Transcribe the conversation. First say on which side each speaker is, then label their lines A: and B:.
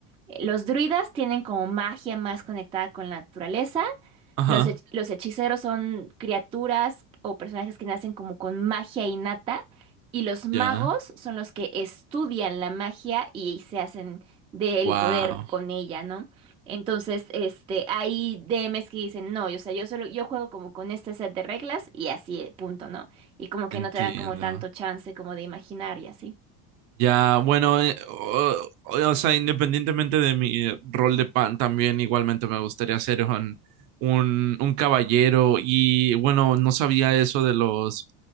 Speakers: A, on the right; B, on the right.
A: Eh, Los druidas tienen como magia más conectada con la naturaleza.
B: Ajá,
A: Los, hech- los hechiceros son criaturas o personajes que nacen como con magia innata. Y los magos
B: ya.
A: son los que estudian la magia y se hacen del
B: Wow,
A: poder con ella, ¿no? Entonces, este, hay DMs que dicen, no, yo, o sea, yo solo, yo juego como con este set de reglas y así, eh, punto, ¿no? Y como que
B: entiendo.
A: no te dan como tanto chance como de imaginar y así.
B: Ya, bueno, eh, o, o- o sea, independientemente de mi eh, rol de pan, también igualmente me gustaría ser un, un, un caballero. Y bueno, no sabía eso de los,